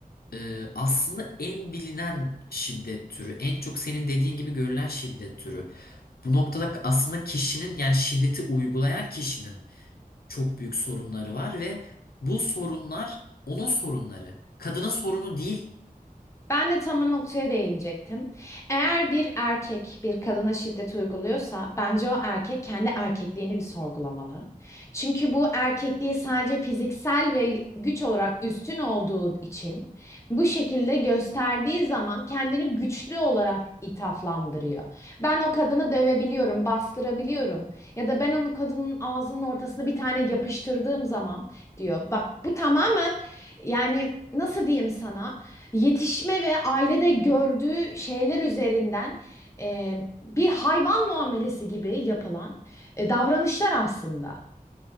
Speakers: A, on the left (about 80°); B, on the left (about 20°).
A: e, aslında en bilinen şiddet türü, en çok senin dediğin gibi görülen şiddet türü. Bu noktada aslında kişinin yani şiddeti uygulayan kişinin çok büyük sorunları var ve bu sorunlar onun sorunları. Kadının sorunu değil.
B: Ben de tam o noktaya değinecektim. Eğer bir erkek bir kadına şiddet uyguluyorsa bence o erkek kendi erkekliğini bir sorgulamalı. Çünkü bu erkekliği sadece fiziksel ve güç olarak üstün olduğu için bu şekilde gösterdiği zaman kendini güçlü olarak ithaflandırıyor. Ben o kadını dövebiliyorum, bastırabiliyorum ya da ben onu kadının ağzının ortasına bir tane yapıştırdığım zaman diyor. Bak bu tamamen yani nasıl diyeyim sana? yetişme ve ailede gördüğü şeyler üzerinden e, bir hayvan muamelesi gibi yapılan e, davranışlar aslında.